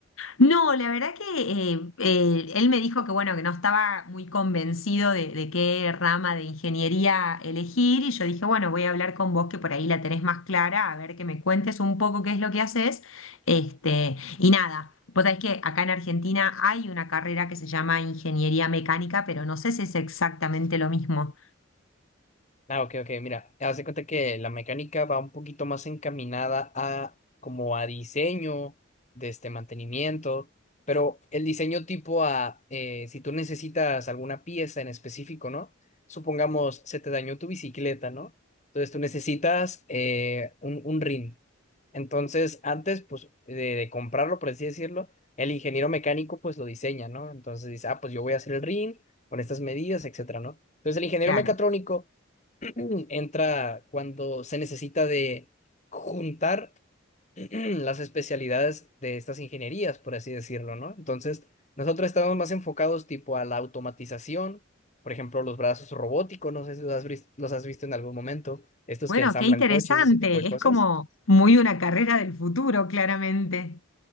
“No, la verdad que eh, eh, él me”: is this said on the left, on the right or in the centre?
Left